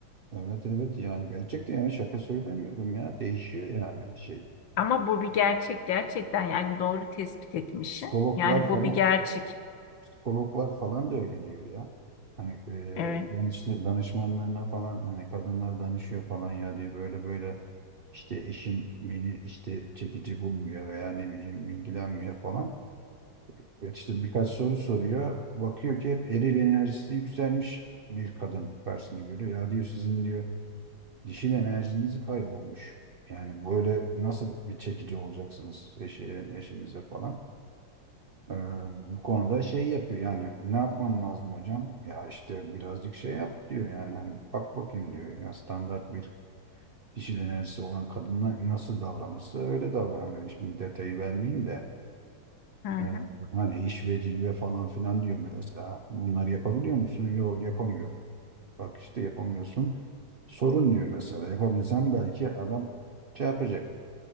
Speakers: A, on the right; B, on the left.
A: Evet evet yani gerçekten yani şaka söylemiyorum ya. Değişiyor yani şey.
B: Ama bu bir gerçek gerçekten yani doğru tespit etmişsin.
A: Psikologlar
B: Yani
A: falan
B: bu bir gerçek.
A: psikologlar falan da öyle diyor ya. Hani e,
B: Evet.
A: danış- danışmanlarına falan hani kadınlar danışıyor falan ya diye böyle böyle İşte eşim beni işte çekici bulmuyor veya ne bileyim ilgilenmiyor falan. Evet işte birkaç soru soruyor. Bakıyor ki hep eril enerjisi yükselmiş bir kadın karşısına görüyor. Ya diyor sizin diyor dişil enerjiniz kaybolmuş. Yani böyle nasıl bir çekici olacaksınız eşi, eşinize falan. Ee, bu konuda şey yapıyor yani ne yapmam lazım hocam? Ya işte birazcık şey yap diyor yani hani bak bakayım diyor. Ya standart bir dişil enerjisi olan kadınla nasıl davranırsa öyle davran. Hani şimdi detayı vermeyeyim de
B: Hı hı.
A: e, hani iş ve cilve falan filan diyor mesela. Bunları yapabiliyor musun? Yok yapamıyorum. Bak işte yapamıyorsun. Sorun diyor mesela. Yapabilsem belki adam şey yapacak.